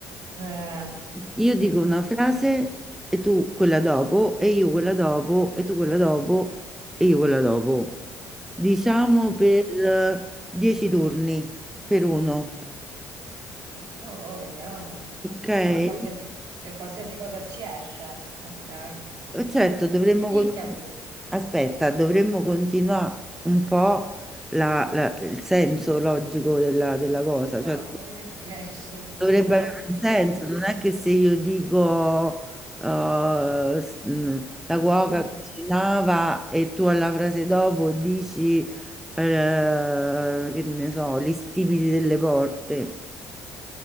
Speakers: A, on the right; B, in the centre.
A: Eh,
B: Io dico una frase e tu quella dopo, e io quella dopo, e tu quella dopo, e io quella dopo. Diciamo per eh, dieci turni, per uno.
A: ma va, vediamo.
B: Ok? Eh,
A: Ma qualsiasi, cioè, qualsiasi cosa ci esce. Ok.
B: Certo, dovremmo...
A: Inizia
B: con-
A: tu.
B: Aspetta, dovremmo continuare un po' la- la- il senso logico della, della cosa.
A: Ma
B: Cioè,
A: va, vediamo che esce il senso
B: Dovrebbe
A: logico.
B: avere un senso,
A: a sta ora.
B: non è che se io dico eh, s- mh, la cuoca
A: Mm.
B: cucinava e tu alla frase dopo dici eh, che ne so, gli stipiti delle porte,